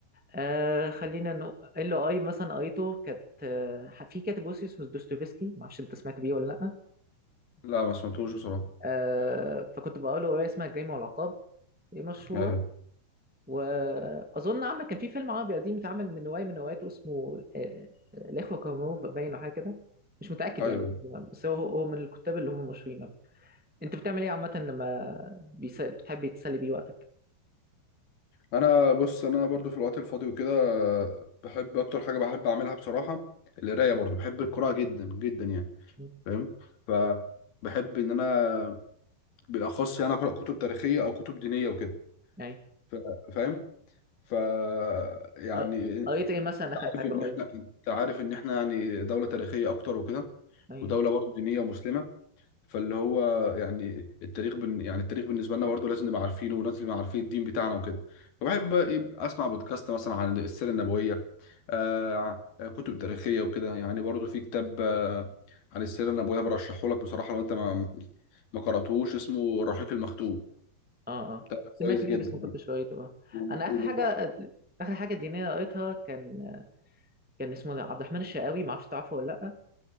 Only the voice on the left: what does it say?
لا ما سمعتوش بصراحه
ايوه
ايوه
انا بص انا برضو في الوقت الفاضي وكده بحب اكتر حاجه بحب اعملها بصراحه القرايه برضو بحب القراءه جدا جدا يعني
فاهم ف بحب ان انا بالاخص يعني اقرا كتب تاريخيه او كتب دينيه وكده
ف- فاهم ف يعني
انت
عارف
ان
احنا انت عارف ان احنا يعني دولة تاريخية اكتر وكده
ودولة برضه دينية ومسلمة فاللي هو يعني التاريخ بن... يعني التاريخ بالنسبة لنا برضه لازم نبقى عارفينه ولازم نبقى عارفين الدين بتاعنا وكده فبحب بقى ايه اسمع بودكاست مثلا عن السيرة النبوية آه آه، كتب تاريخية وكده يعني برضه في كتاب آه عن السيرة النبوية برشحه لك بصراحة لو انت ما ما قرأتوش اسمه الرحيق المختوم
ده
كويس
جدا
يعني.
وب-
وب-